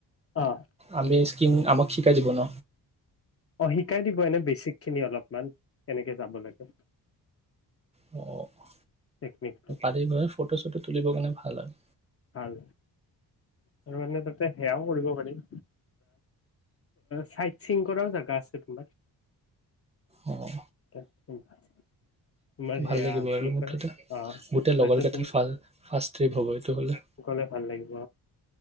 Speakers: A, on the left; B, on the right.
A: অ
B: আমি স্কিম আমাক শিকাই দিব ন।
A: অ শিকাই দিব এনেই বেচিক খিনি অলপমান কেনেকে যাব লাগে।
B: <unintelligible>
A: টেকনিকটো
B: আজি পোৰা ফটো চটো তুলিবৰ কাৰণে ভাল আৰু
A: ভাল ত মানে তাতে সেয়াও কৰিব পাৰিম। চাইদ স্কিম কৰাও জাগা আছে তোমাৰ। <unintelligible>
B: অঁ ভাল
A: সেয়া
B: লাগিব আৰু
A: কি
B: মুঠতে
A: কয় অ
B: গোটেই
A: তাৰপিছত
B: লগৰ কেইটাৰ
A: তুমি
B: ফাষ্ট ট্ৰিপ হ'ব এইটো গ'লে।
A: গ'লে ভাল লাগিব